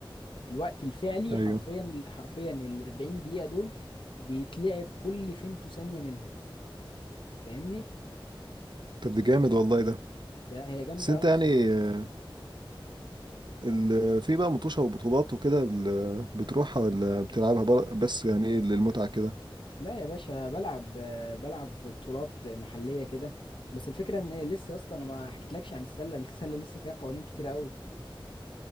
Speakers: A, on the left; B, on the right.
A: الوقت الفعلي
B: ايوه
A: حرفيا حرفيا ال 40 دقيقة دول بيتلعب كل فيمتو ثانية منهم فاهمني
B: طب دي جامد والله ده
A: ده هي جامدة
B: بس انت
A: أوي
B: يعني
A: الصراحة
B: آه، ال... في بقى مطوشة وبطولات وكده ال- بتروحها ولا بتلعبها بر... بس يعني ايه للمتعة كده
A: لا يا باشا بلعب بلعب في بطولات محلية كده بس الفكرة ان لسه يا اسطى انا ما حكيتلكش عن السلة السلة لسه فيها قوانين كتير قوي